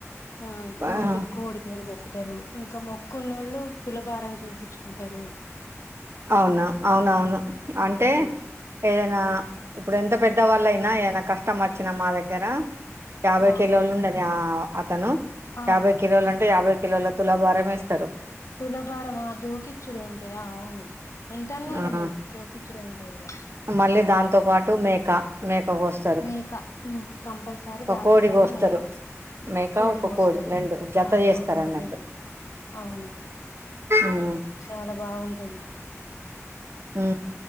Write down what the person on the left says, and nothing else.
ఆ కోటి
కోడి గొనుము మెక్కుతారు ఇంకా మొక్కు నోళ్ళు తులభారం చేపిచ్చుకుంటారు
ఆ
ఆ
ఆ
తులభారమా జోకిచ్చుడే ఉంటదా అవును ఎంత అన్న ఉండని
జోకిచ్చుడే ఉంటది ఇగ
అది
మేక ఉ కంపల్సరీ దాంతో
పాటు
మేక
కోడి
కోస్తారు
ఆ
ఒక కోడి
రెండు అవును
చాలా బాగుంటది